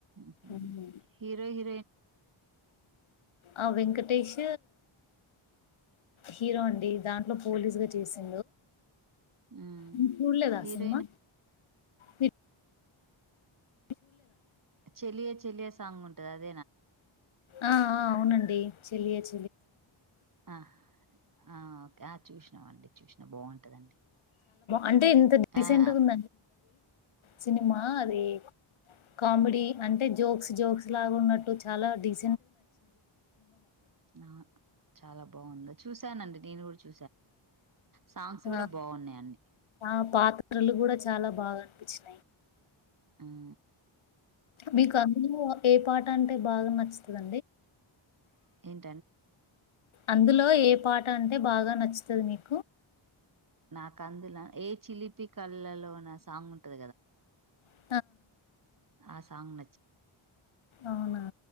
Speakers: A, on the right (about 40°); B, on the left (about 70°).
A: ఉహు
B: హ్మ్.
A: హీరో హీరోయిన్ ఎవరు
B: ఆ వెంకటేష్ హీరో అండి దాంట్లో పోలీసుగా చేసిండు
A: ఉమ్
B: మీరు చూడలేదా
A: హీరోయిన్
B: ఆ సినిమా?
A: ఎవరండి
B: మీరు చూడలేదా
A: చెలియ చెలియ సాంగ్ ఉంటది అదేనా అండి
B: ఆ ఆ అవునండి చెలియా చెలియ సాంగ్ ఉంటది
A: ఆ ఆ ఓకే ఆ చూసినమండి చూసినా బాగుంటదండి
B: అంటే ఇంత డీసెంట్
A: ఆ ఆ
B: గా ఉందండి మూవీ సినిమా అదే కామెడీ అంటే జోక్స్ జోక్స్ లాగా ఉన్నట్టు చాలా డీసెంట్ గా నచ్చింది
A: ఆ చాలా బాగుందా చూసానండి నేను కూడా చూసాను మంచిగా ఉంది సాంగ్స్ కూడా
B: ఆ
A: బాగున్నాయి అన్ని
B: ఆ పాత్రలు కూడా చాలా బాగా అనిపించినాయి
A: ఉం
B: మీకు అందులో ఏ పాట అంటే బాగా నచ్చుతదండి
A: ఏంటండి
B: అందులో ఏ పాట అంటే బాగా నచ్చుతది మీకు
A: నాకు అందులో ఏ చిలిపి కళ్ళలో నా సాంగ్ ఉంటాది కదండి
B: ఆ
A: ఆ సాంగ్ నచ్చిందండి
B: అవునా